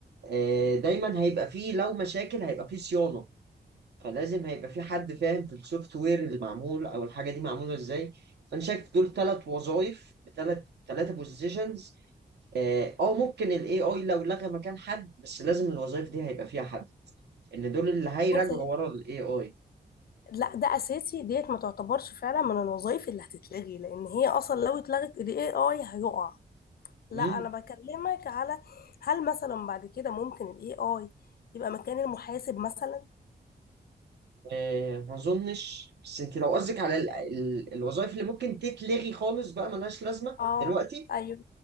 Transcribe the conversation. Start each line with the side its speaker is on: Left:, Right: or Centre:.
Right: آه، دايما هيبقى فيه لو مشاكل هيبقى فيه صيانه فلازم هيبقى فيه حد فاهم في السوفت وير اللي معمول او الحاجه دي معموله ازاي فانا شايف دول ثلاث وظائف بثلاث ثلاثه بوزيشنز اه آه، ممكن الاي اي لو لغى مكان حد بس لازم الوظائف دي هيبقى فيها حد ان دول اللي هيراجعوا
Left: بص
Right: ورا الاي اي
Left: لا ده اساسي ديت ما تعتبرش فعلا من الوظائف اللي هتتلغي لان هي اصلا لو اتلغت الاي اي هيقع لا
Right: امم
Left: انا بكلمك على هل مثلا بعد كده ممكن الاي اي يبقى مكان المحاسب مثلا
Right: آه ما اظنش بس انت لو قصدك على ال... ال... الوظائف اللي ممكن تتلغي خالص بقى ملهاش لازمه
Left: اه
Right: دلوقتي
Left: ايوه